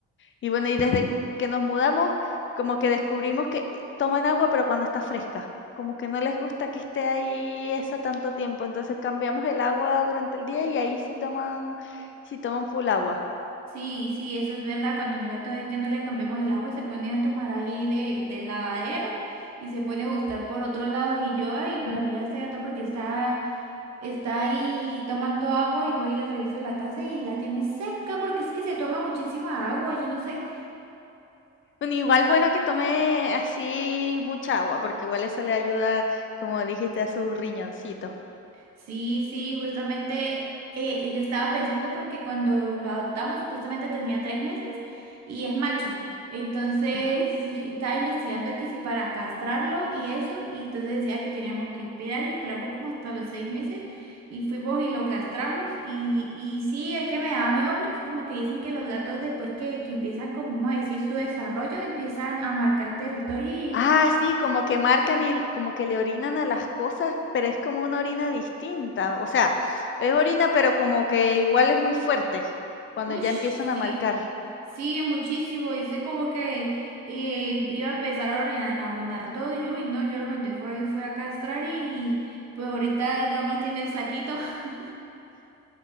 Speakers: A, on the left; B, on the right.
A: Y bueno, y desde que nos mudamos, como que descubrimos que eh, toman agua, pero cuando está fresca. Como que no les gusta que esté ahí esa tanto tiempo. Entonces cambiamos el agua durante el día y ahí sí toman, sí toman full agua.
B: Sí, sí, eso es verdad. Cuando mi gato es que no le cambiamos el agua, se pone a tomar ahí de, del lavadero y se pone a buscar por otro lado. Y yo, ay,
A: Mm.
B: pero mira este gato porque está, está ahí tomando agua y voy y le reviso la taza y la tiene seca porque es que se toma muchísima agua. Yo no sé.
A: Bueno, igual bueno que tome así mucha agua, porque igual eso le ayuda, como dijiste, a sus riñoncitos.
B: Sí, sí, justamente eh, yo estaba pensando porque cuando lo adoptamos supuestamente tenía tres meses y es macho. Entonces
A: Ujú.
B: dije- estaba investigando que si para castrarlo y eso, y entonces decía que teníamos que esperar y esperamos como hasta los seis meses y fuimos y lo castramos y, y sí, es que me daba miedo porque como que dicen que los gatos después que, que empiezan como vamos a decir su desarrollo empiezan a marcar territorio
A: Ah, sí, como que marcan y como que le orinan a las cosas, pero es como una orina distinta. O sea, es orina, pero como que igual es muy fuerte cuando
B: Ush,
A: ya empiezan a
B: sí,
A: marcar.
B: sí, muchísimo. Hice como que eh, iba a empezar a orinar, a orinar todo y yo, y no, yo lo mandé, fue, fue a castrar y, y, pues ahorita nada más tiene el saquito. <laughs>